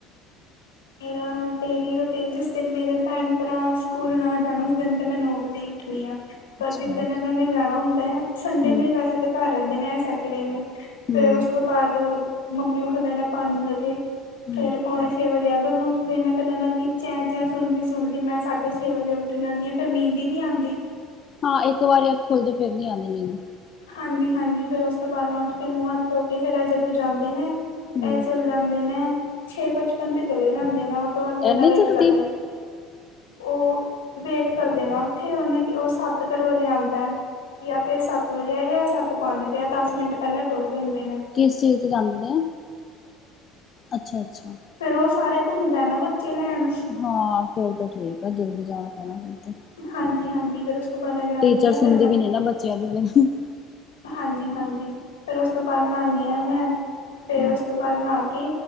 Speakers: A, on the left; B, on the left.
A: ਮੇਰਾ ਡੇਲੀ- ਰੂਟੀਨ, ਜਿਸ ਦਿਨ ਮੇਰੇ ਭੈਣ- ਭਰਾ ਸਕੂਲ ਨਾ ਜਾਣ, ਉਸ ਦਿਨ ਤੇ ਮੈਂ ਨੋ ਵਜੇ ਈ ਉੱਠਣੀ ਆ। ਪਰ
B: ਅੱਛਾ
A: ਜਿੱਦਣ ਐਨਾਂ ਨੇ ਜਾਣਾ, ਉਂਦੈ ਸੰਡੇ
B: ਹੂੰ
A: ਨੂਈ ਵੈਸੇ ਤੇ ਘਰ ਰੈਂਦੇ ਨੇ, ਐ ਸੈਟਡੇ ਨੂੰ।
B: ਹੂੰ
A: ਫੇਰ ਉਸ ਤੋਂ ਬਾਅਦ, ਮੰਮੀ ਉੱਠਦੇ ਨੇ ਪੰਜ ਵਜੇ,
B: ਹੂੰ
A: ਫੇਰ ਪੌਣੇ ਛੇ ਵਜੇ ਦੋਨੋਂ ਉੱਠਦੇ ਨੇ ਫਿਰ ਐਂਨਾਂ ਦੀ ਚੈਂ- ਚੈਂ, ਸੁਣਦੀ- ਸੁਣਦੀ, ਮੈਂ ਸਾਢੇ ਛੇ ਵਜੇ ਉੱਠ ਜਾਂਨੀ ਐਂ। ਫਿਰ ਨੀਂਦ ਈ ਨੀਂ ਆਂਦੀ।
B: ਹਾਂ ਇੱਕ ਵਾਰੀ ਅੱਖ ਖੁਲ ਜੇ, ਫਿਰ ਨੀ ਆਂਦੀ ਨੀਂਦ।
A: ਹਾਂਜੀ- ਹਾਂਜੀ ਫਿਰ ਉਸ ਤੋ ਬਾਦ ਮੈਂ ਉੱਠ ਕੇ ਮੂੰਅ ਹੱਥ ਧੋ ਕੇ ਫਿਰ, ਐ ਜਦੋ ਜਾਂਦੇ ਨਾ,
B: ਹੂੰ
A: ਐ ਚਲ ਜਾਂਦੇ ਨੇ, ਛੇ ਪਚਪਨ ਤੇ ਚਲੇ ਜਾਂਦੇ ਨੇ, ਆਟੋ ਆਲੇ
B: ਇਨੀ
A: ਦਾ ਵੇਟ
B: ਜਲਦੀ
A: ਕਰਦੇ। ਉਅ ਵੇਟ ਕਰਦੇ ਨਾ, ਉੱਥੇ ਉਅਨੇ ਕ ਉਅ ਸੱਤ ਕਰ ਵਜੇ ਆਂਦੈ, ਯਾ ਤੇ ਸੱ ਤ ਵਜੇ ਆਏਗਾ, ਯਾ ਸੱਤ ਪੰਜ ਤੇ ਆਏ, ਦਸ ਮਿੰਟ ਪਹਿਲਾ ਟੁੁਰ ਜਾਂਦੇ ਨੇ।
B: ਕਿਸ ਚੀਜ਼ ਤ ਜਾਂਦੇ ਨੇ? ਅੱਛਾ -ਅੱਛਾ।
A: ਫਿਰ ਉਅ ਸਾਰੇ, ਘੁੰਮਦੈ ਨਾ ਬੱਚੇ ਲੈਣ।
B: ਹਾਂਅ ਫੇਰ ਤ ਠੀਕ ਐ, ਜਲਦੀ ਜਾਣਾ ਪੈਣੈ ਫਿਰ ਤੇ।
A: ਹਾਂਜੀ- ਹਾਂਜੀ ਫਿਰ ਉਸ ਤੋਂ ਬਾਅਦ ਜਾਂਦੇ
B: ਟੀਚਰ
A: ਨਾ
B: ਸੁਣਦੀ
A: ਫਿਰ ਮੈਂ
B: ਵੀ ਨੀਂ ਨਾ, ਬੱਚਿਆਂ ਦੀ ਫਿਰ। <unintelligible>
A: ਹਾਂਜੀ -ਹਾਂਜੀ ਫਿਰ ਉਸ ਤੋਂ ਬਾਅਦ, ਨਾਂਅਨੀਂਆਂ ਮੈਂ
B: ਹੂੰ
A: ਫੇਰ ਉਸ ਤੋ ਬਾਅਦ ਨਾਂਅ ਕੇ,